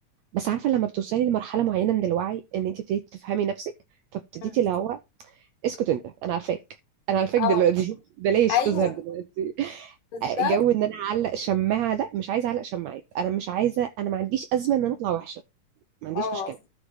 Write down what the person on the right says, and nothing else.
بس عارفه لما بتوصلي لمرحله معينه من الوعي ان انت ابتديتي تفهمي نفسك فابتديتي
اللي هو اسكت انت انا عارفاك انا عارفاك
دلوقتي <laughs> بلاش
تظهر دلوقتي
آه، جو ان انا اعلق شماعه ده مش عايزه اعلق شماعات انا مش عايزه انا ما عنديش ازمه ان انا اطلع وحشه ما عنديش
مشكله